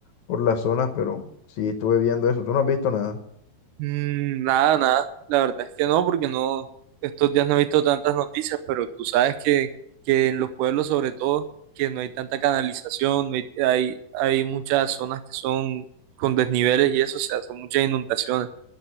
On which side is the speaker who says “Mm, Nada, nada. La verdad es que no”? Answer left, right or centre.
Right